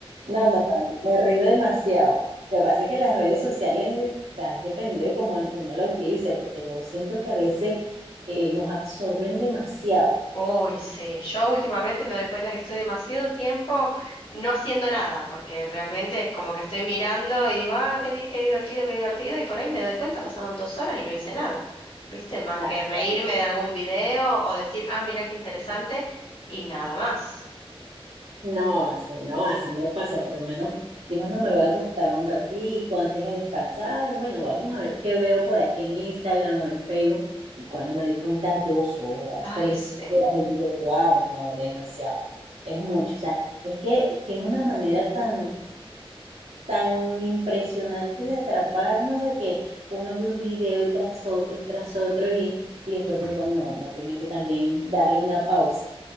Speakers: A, on the right (about 90°); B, on the left (about 60°).
A: No, no, no, me río demasiado. Lo que pasa es que las redes sociales, o sea, es dependiendo de cómo uno la utilice, porque yo siento que a veces eh, nos absorben demasiado.
B: Uy, sí, yo últimamente me doy cuenta que estoy demasiado tiempo no haciendo nada, porque realmente es como que estoy mirando y digo, ah, qué, di- qué divertido, qué divertido, y por ahí me doy cuenta, pasaron dos horas y no hice nada, ¿viste?
A: Exacto.
B: Más que reírme de algún video o decir, ah, mira qué interesante, y nada más.
A: No, así, no, así me pasa, por lo menos digo, no me va a gustar un ratico antes de descansar, bueno, vamos a ver qué veo por aquí en Instagram o en Facebook, y cuando me di cuenta, dos horas,
B: Ay,
A: tres
B: sí.
A: horas, y digo, wow, no, demasiado, es mucho, o sea, es que tiene una manera tan, tan impresionante de atraparnos, de que uno ve un video y tras otro y tras otro, y, y después yo digo, no, uno tiene que también darle una pausa.